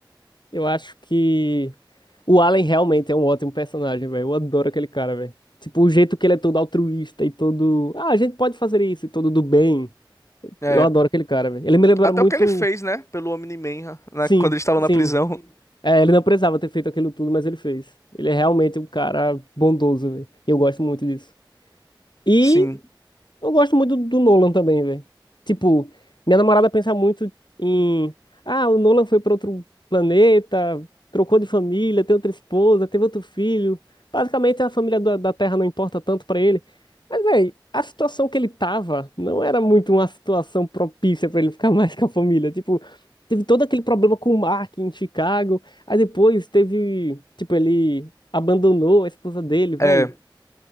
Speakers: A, on the left; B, on the left.
A: Eu acho que o Allen realmente é um ótimo personagem, velho. Eu adoro aquele cara, velho. Tipo, o jeito que ele é todo altruísta e todo. Ah, a gente pode fazer isso e todo do bem.
B: É,
A: Eu adoro aquele cara, velho. Ele me lembra
B: até
A: muito.
B: o que ele fez, né, pelo Omni-Man, né,
A: Sim,
B: quando eles estavam
A: sim.
B: na prisão.
A: É, ele não precisava ter feito aquilo tudo, mas ele fez. Ele é realmente um cara bondoso, velho. E Eu gosto muito disso. E
B: Sim.
A: eu gosto muito do, do Nolan também, velho. Tipo, minha namorada pensa muito em. Ah, o Nolan foi pra outro planeta, trocou de família, tem outra esposa, teve outro filho. Basicamente, a família da, da Terra não importa tanto pra ele. Mas, velho, a situação que ele tava não era muito uma situação propícia pra ele ficar <laughs> mais com a família. Tipo, teve todo aquele problema com o Mark em Chicago. Aí depois teve. Tipo, ele abandonou a esposa dele, velho.
B: É.